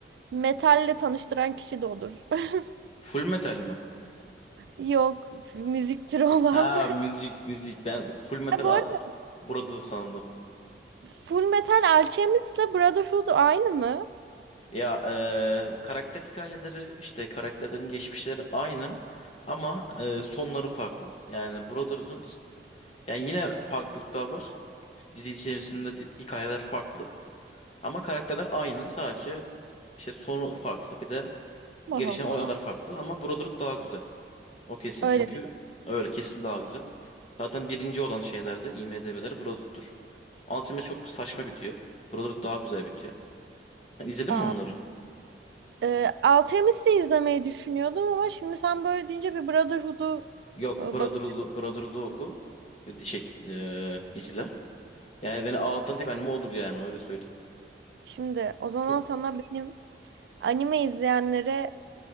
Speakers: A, on the right; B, on the left.
A: metalle tanıştıran kişi de odur. <laughs>
B: Full metal mi?
A: Yok müzik türü olan.
B: Ha
A: <laughs>
B: müzik müzik ben Full Metal
A: Ha, Bu
B: a-
A: arada
B: burada sandım.
A: Full Metal Alchemist'le Brotherhood aynı mı?
B: Ya e, karakter hikayeleri işte karakterlerin geçmişleri aynı ama e, sonları farklı. Yani Brotherhood'un yani yine farklılıklar var. Dizi içerisinde di- hikayeler farklı ama karakterler aynı sadece işte sonu farklı bir de
A: Allah
B: gelişen
A: Allah.
B: olaylar farklı ama Brotherhood daha güzel. O kesin
A: Öyle
B: çünkü öyle kesin daha güzel. Zaten birinci olan şeylerde IMDb'ler Brotherhood'dur. Ultimate çok saçma bitiyor. Brotherhood daha güzel bitiyor. Yani izledin
A: Aa,
B: mi onları?
A: e, Alchemist'i izlemeyi düşünüyordum ama şimdi sen böyle deyince bir Brotherhood'u
B: Yok
A: e,
B: Brotherhood'u
A: bak.
B: Brotherhood'u oku. Di- Şey eee, izle. Yani beni ağlatan tek anime odur yani öyle söyleyeyim.
A: Şimdi o zaman
B: Çok
A: sana benim anime izleyenlere